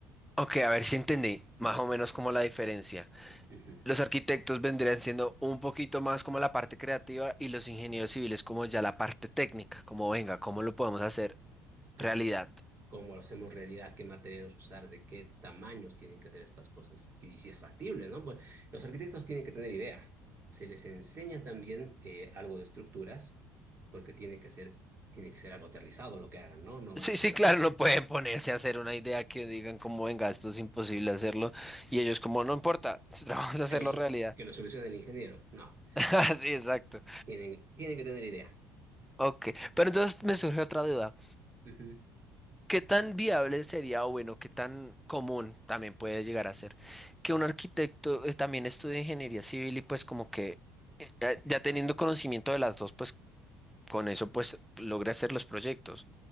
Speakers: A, in the centre; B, on the right.
A: Ok, a ver si entendí más o menos como la diferencia.
B: Ujú,
A: Los arquitectos vendrían siendo un poquito más como la parte creativa y los ingenieros civiles como ya la parte técnica, como venga, ¿cómo lo podemos hacer
B: Claro.
A: realidad?
B: cómo lo hacemos realidad, qué materiales usar, de qué tamaños tienen que ser estas cosas y, si es factible, ¿no? Pues los arquitectos tienen que tener idea. Se les enseña también eh, algo de estructuras, porque tiene que ser, tiene que ser algo aterrizado lo que hagan, ¿no? No va
A: Sí,
B: con
A: sí, claro, no pueden ponerse a hacer una idea que digan como venga, esto es imposible hacerlo y ellos como no importa, <laughs> vamos a hacerlo
B: que lo, su-
A: realidad.
B: que lo solucione el ingeniero, no.
A: <laughs> Sí, exacto.
B: Tienen, tienen que tener idea.
A: Ok, pero entonces me surge otra duda.
B: Ujú.
A: ¿Qué tan viable sería, o bueno, qué tan común también puede llegar a ser que un arquitecto eh, también estudie ingeniería civil y pues como que eh, eh, ya teniendo conocimiento de las dos, pues con eso pues logre hacer los proyectos